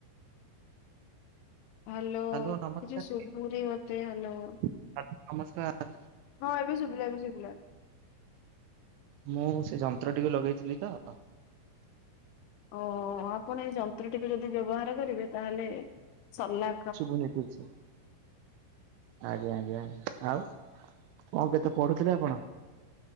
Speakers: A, on the left; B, on the right.
A: hello
B: hello ନମସ୍କାର
A: କିଛି ଶୁଭୁନି ମତେ ହାଲୋ।
B: ହ୍ୟାଲୋ, ନମସ୍କାର।
A: ହଁ ଏବେ ଶୁଭିଲା ଏବେ ଶୁଭିଲା।
B: ମୁଁ ସେ ଯନ୍ତ୍ର ଟିକେ ଲଗେଇଥିଲି ତ।
A: ଓ ଆପଣ ଏଇ ଯନ୍ତ୍ରଟିକୁ ଯଦି ବ୍ୟବହାର କରିବେ ତାହେଲେ ସଲା।
B: ଶୁଭୁନି <unintelligible> ଆଜ୍ଞା ଆଜ୍ଞା ଆଉ କଣ କେତେ ପଢୁଥିଲେ ଆପଣ?